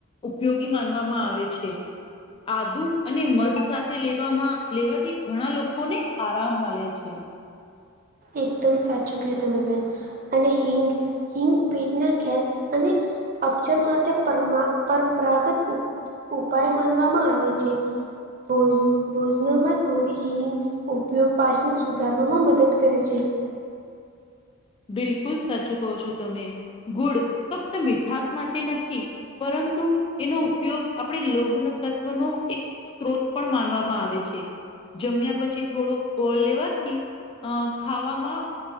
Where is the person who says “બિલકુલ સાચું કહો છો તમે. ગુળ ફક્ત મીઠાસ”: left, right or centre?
Left